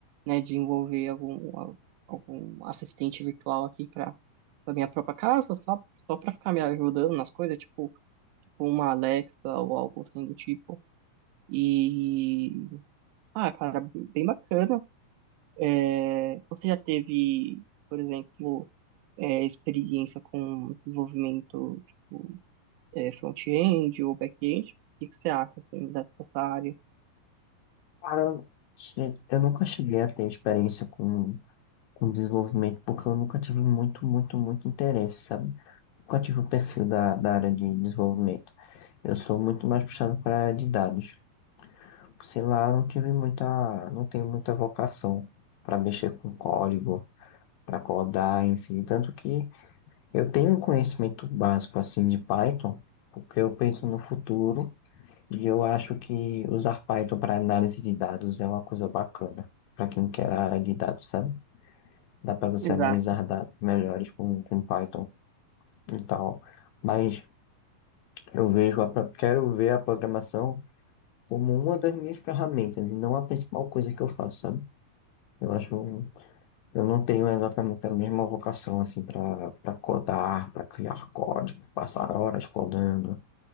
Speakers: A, on the right; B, on the left.
A: né, desenvolver algum, al- algum assistente virtual aqui para a minha própria casa, só, só para ficar me ajudando nas coisas, tipo, tipo uma Alexa ou algo assim do tipo. E, ah, cara, bem bem bacana. É, você já teve, por exemplo, é, experiência com desenvolvimento tipo, é, front-end ou back-end? O que que você acha, assim, da- dessa área?
B: Cara, se- eu nunca cheguei a ter experiência com, com desenvolvimento, porque eu nunca tive muito, muito, muito interesse, sabe? Nunca tive o perfil da, da área de desenvolvimento. Eu sou muito mais puxado para a área de dados. sei lá, não tive muita, não tenho muita vocação para mexer com código, para codar, enfim, tanto que eu tenho um conhecimento básico assim de Python, porque eu penso no futuro e eu acho que usar Python para análise de dados é uma coisa bacana. Para quem quer a área de dados, sabe? Dá para você
A: Exato.
B: analisar dados melhores com, com Python e tal. Mas eu vejo a, pro- quero ver a programação como uma das minhas ferramentas e não a principal coisa que eu faço, sabe? Eu acho um Eu não tenho exatamente a mesma vocação assim para para codar, para criar código, passar horas codando,